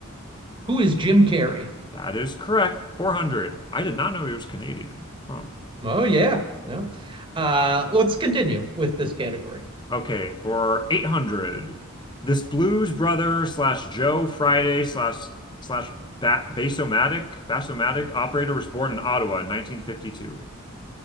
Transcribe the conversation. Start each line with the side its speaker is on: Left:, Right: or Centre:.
Right: Who is Jim Carrey?
Left: That is correct. 400. I did not know he was Canadian. Huh.
Right: Oh, yeah. No. Uh, let's continue with this category.
Left: Okay, for 800. This blues brother slash Joe Friday slash slash Basomatic Basomatic operator was born in Ottawa in 1952.